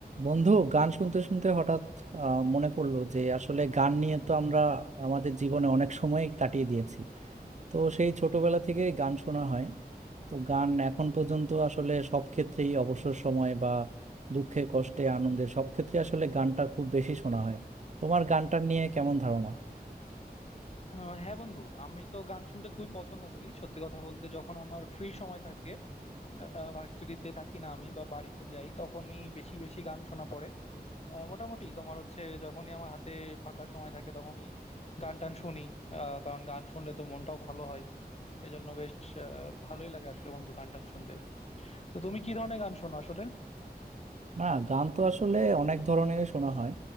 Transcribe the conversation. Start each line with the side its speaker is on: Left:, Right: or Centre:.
Right: বন্ধু গান শুনতে শুনতে হঠাৎ আহ, মনে পড়লো যে আসলে গান নিয়ে তো আমরা আমাদের জীবনে অনেক সময় কাটিয়ে দিয়েছি তো সেই ছোটবেলা থেকে গান শোনা হয় তো গান এখন পর্যন্ত আসলে সব ক্ষেত্রেই অবসর সময় বা দুঃখে কষ্টে আনন্দে সব ক্ষেত্রে আসলে গানটা খুব বেশি শোনা হয় তোমার গানটা নিয়ে কেমন ধারণা
Left: আহ হ্যাঁ বন্ধু আমি তো গান শুনতে খুবই পছন্দ করি সত্যি কথা বলতে যখন আমার ফ্রি সময় থাকে ভার্সিটিতে থাকি না আমি বা বাড়িতে যাই তখনই বেশি বেশি গান শোনা পড়ে আহ, মোটামুটি তোমার হচ্ছে যখনই আমার হাতে ফাঁকা সময় থাকে তখনই গান টান শুনি আহ, কারণ গান শুনলে তো মনটাও ভালো হয় এজন্য বেশ আহ, ভালোই লাগে আসলে বন্ধু গান টান শুনতে তো তুমি কি ধরনের গান শোনো আসলে
Right: না গান তো আসলে অনেক ধরনের শোনা হয়